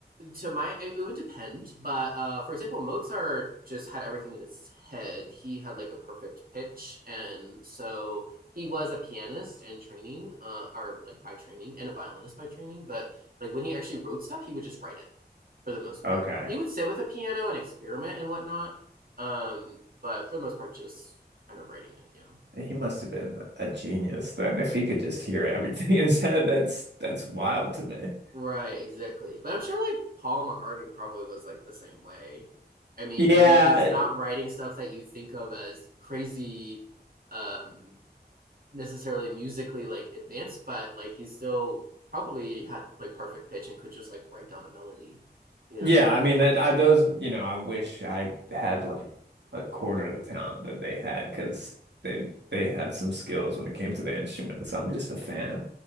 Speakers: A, on the right; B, on the right.
A: to my it would depend but uh for example mozart just had everything in his head he had like a perfect pitch and so he was a pianist and training uh or like by training and a violinist by training but like when he actually wrote stuff he would just write it for the most
B: Okay.
A: part he would sit with a piano and experiment and whatnot um but for the most part just kind of writing it you know
B: He must have been a genius then if he could just hear everything <laughs> in his head. <laughs> That's that's wild to me.
A: Right, exactly. But I'm sure like Paul McCartney probably was like the same way. I mean,
B: Yeah.
A: maybe he's not writing stuff that you think of as crazy, um, necessarily musically like advanced, but like he still probably had like perfect pitch and could just like write down a melody, you know?
B: Yeah, I mean, that I those, you know, I wish I had like a quarter of the talent that they had because they they had some skills when it came to the instruments. I'm just a fan.